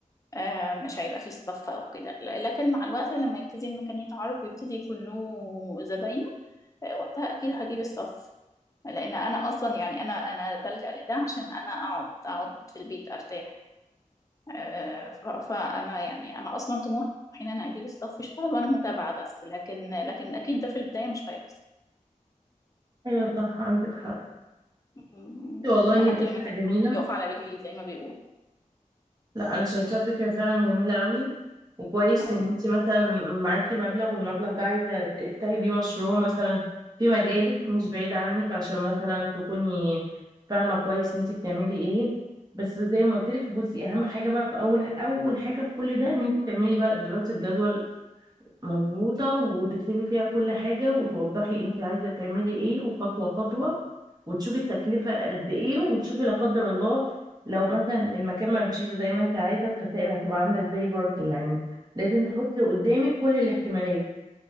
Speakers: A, on the left; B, on the right.
A: آه، مش هيبقى فيه صف او كده لكن مع الوقت لما يبتدي المكان يتعرف ويبتدي يكون له زباينه آه، وقتها اكيد هجيب الصف لان انا اصلا يعني انا انا بلجأ لده عشان انا اقعد اقعد في البيت ارتاح آه، ف- فانا يعني انا اصلا طموحي ان انا اجيب الصف يشتغل وانا متابعة بس لكن لكن اكيد ده في البداية مش هيحصل
B: ايوه صح عندك حق
A: م-
B: والله
A: م-
B: هي
A: لحد
B: فكرة
A: ما المكان
B: جميلة
A: يعني يقف على رجليه زي ما بيقول
B: لا انا شايفاها فكرة فعلا جميلة قوي وكويس
A: ايوه
B: ان انت مثلا معاكي مبلغ والمبلغ ده عايزة تفتحي بيه مشروع مثلا في مجالك مش بعيد عنك عشان مثلا تكوني فاهمة كويس انت بتعملي ايه بس زي ما قلت لك بصي اهم حاجة بقى في اول اول حاجة في كل ده ان انت تعملي بقى دراسة جدوى مظبوطة وتكتبي فيها كل حاجة وتوضحي انت عايزة تعملي ايه وخطوة خطوة وتشوفي التكلفة قد ايه وتشوفي لا قدر الله لو مثلا المكان ما مشيش زي ما انت عايزة الخسائر هتبقى عاملة ازاي برضو يعني لازم تحطي قدامك كل الاحتمالات